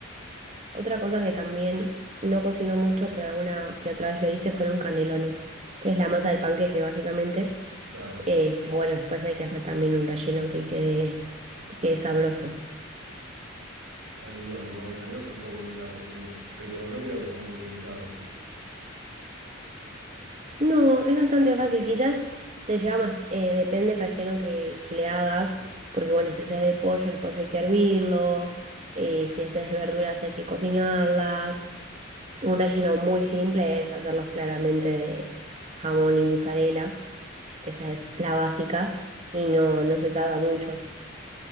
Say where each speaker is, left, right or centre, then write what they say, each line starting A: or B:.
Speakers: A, on the right (about 35°); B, on the right (about 75°).
A: Otra cosa que también no cocino mucho, pero alguna que otra vez lo hice, fueron canelones, que es la masa del panqueque básicamente
B: claro.
A: Eh, pero bueno, después hay que hacer también un relleno que quede, que quede sabroso.
B: Canelones, bueno, canelones tampoco nunca cociné, pero no creo que sea muy complicado, sí.
A: No, es bastante fácil. Quizás te lleva más, eh, depende del relleno que, que le hagas, porque bueno, si haces de pollo, el pollo hay que hervirlo, eh, si haces de verduras hay que cocinarlas. Un relleno muy simple es hacerlos claramente de jamón y mozzarella, esa es la básica y no, no se tarda mucho.